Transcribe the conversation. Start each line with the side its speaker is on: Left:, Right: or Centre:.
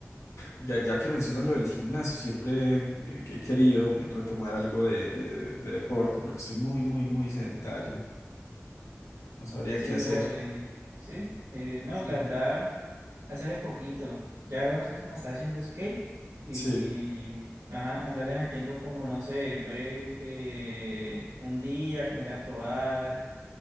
Left: ya, ya que mencionas lo del gimnasio, siempre eh, que he querido retomar algo de, de, de deporte, porque estoy muy, muy, muy sedentario, no sabría
Right: sí,
Left: qué hacer.
Right: bro, eh, sí, eh, no,
Left: Sí.
Right: la verdad. hace de poquito. Ya lo bueno es que como estaba haciendo skate y,
Left: Sí,
Right: y ajá, andarle metiendo como, no sé, voy, eh, un día, como ir a probar,